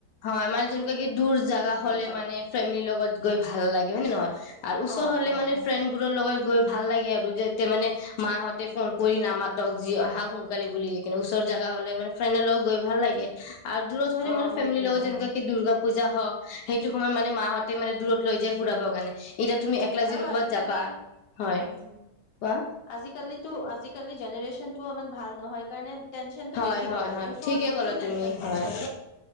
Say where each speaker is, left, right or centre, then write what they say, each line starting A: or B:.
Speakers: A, on the left (about 80°); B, on the left (about 55°).
A: হয় মানে যেনেকুৱা কি দূৰ জাগা হ'লে
B: যাওঁ
A: মানে ফেমিলিৰ লগত গৈ ভাল লাগে হয় নে নহয়? আৰু ওচৰ
B: অ
A: হ'লে
B: অ
A: মানে
B: অ
A: ফ্ৰেণ্ডোৰৰ লগত গ গৈ ভাল লাগে আৰু, যেতে মানে মাহঁতে ফোন কৰি নামাতক যি অহা সোনকালে বুলি, কোনো ওচৰ জাগা হ'লে মানে ফ্ৰেণ্ডৰ লগ গৈ ভাল লাগে। আৰু দূৰত
B: অ
A: হ'লে মানে
B: সেইটোৱে
A: দিলওঁ যেনকু
B: অ
A: কি দুৰ্গা পূজা হওঁক সেইটো সময়ত মানে মাহঁতে মানে দূৰত লৈ যায় ফুৰাব কাৰণে। এতিয়া তুমি একলা
B: আৰু
A: যদি ক'ৰবাত
B: আজিকালি
A: যাবা হয়
B: উ
A: কোৱা
B: আজিকালিতো আজিকালি জেনেৰে্শ্যন টো ইমান ভাল নহয় কাৰণে টেনচনটো
A: হয়
B: বেছি
A: হয়
B: কৰে
A: হয়
B: ওচৰত
A: ঠিকে
B: গ'লেও
A: ক'লা
B: টেনচন
A: তুমি, হয়
B: কৰে